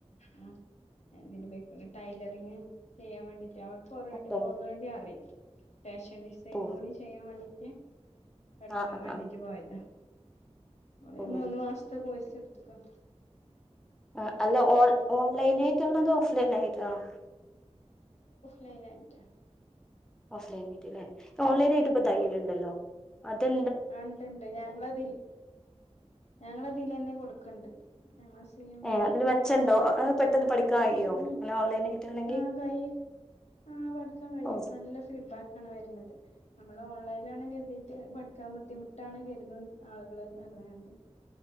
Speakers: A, on the left; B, in the centre.
A: ആ എന്തിന് ബേക്ക ടൈലറിങ് ചെയ്യാൻ വേണ്ടിട്ട്, അവക്ക് ഓരോ
B: ഓക്കെ
A: ഓൾറെഡി അറിയും. ഫാഷൻ ഡിസൈനിങ്ങ്
B: ഓ
A: കൂടി ചെയ്യാൻ വേണ്ടിട്ട് പഠിക്കാൻ
B: ആഹ് ആഹ്
A: വേണ്ടിട്ട്
B: ആഹ്
A: പോയതാ. ഓള്
B: ഓ
A: മൂന്നു മാസത്തെ കോഴ്സ് എടുത്തിക്ക.
B: ആ അല്ല ഓ ഓൺലൈൻ ആയിട്ടാണോ അതോ ഓഫ്‌ലൈൻ ആയിട്ടാണോ?
A: ലൈനായിട്ട.
B: ഓഫ്‌ലൈൻ ആയിട്ട് അല്ലെ ഓൺലൈൻ ആയിട്ട് ഇപ്പ
A: ആ
B: തയ്യലുണ്ടല്ലോ അതെ
A: ആ ഉണ്ട്ണ്ട് ഞങ്ങളതിൽ ഞങ്ങളതിലന്നെ കൊടുക്കണ്ട്. ഞങ്ങ സ്‌ളീം വീമിലന്നെ
B: ഏഹ് അതില് മെച്ചണ്ടോ
A: കൊടുക്കണ്ട
B: അത് പെട്ടെന്ന് പഠിക്കാൻ കഴിയോ
A: ഉം
B: അങ്ങനെ ഓൺലൈൻ ആയിട്ടാണെങ്കിൽ
A: ആ കൈ ആ പഠിക്കാൻ കഴിയും
B: ഓ
A: നല്ല ഫീഡ്ബാക്ക് ആണ് വരുന്നത് നമ്മള് ഓൺലൈനിലാണെന്ന് കരുതിട്ട് പഠി ക്ക ബുദ്ധിമുട്ടാണ് കരുതും, ആളുകള് നെറേണ്ട്.